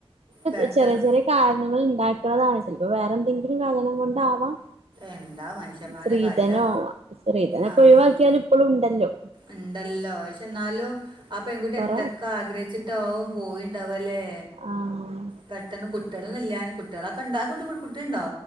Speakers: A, on the right; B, on the right.
A: പെട്ടെന്ന്
B: <unintelligible> ചെറിയ ചെറിയ കാരണങ്ങളി ണ്ടാക്കണതാണ് ചിലപ്പോൾ വേറെ എന്തെങ്കിലും കാരണം കൊണ്ടാവാം,
A: എന്താ മനുഷ്യന്മാരെ
B: സ്ത്രീധനോ
A: കാര്യലെ
B: സ്ത്രീധനൊക്കെ
A: ആഹ്
B: ഒഴിവാക്കിയാൽ ഇപ്പളും ഉണ്ടല്ലോ
A: ഉണ്ടല്ലോ എന്നാലു ആ പെൺകുട്ടി
B: കൊറ
A: എന്തൊക്കെ ആഗ്രഹിച്ചിട്ടാവും പോയിണ്ടാവാ ലേ
B: ആഹ്
A: പെട്ടെന്ന് കു കുട്ടികളില്ലാഞ്ഞ കുട്ടികളൊക്കെയുണ്ടായ കുട്ട കുട്ടി ഉണ്ടോ?